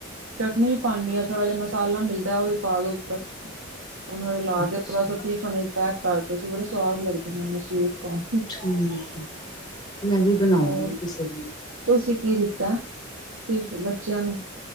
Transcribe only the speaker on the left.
ਅੱਛਾ
ਹੂ ਮੈਂ ਵੀ ਬਣਾਵਾਂਗੀ
ਕਿਸੇ ਦਿਨ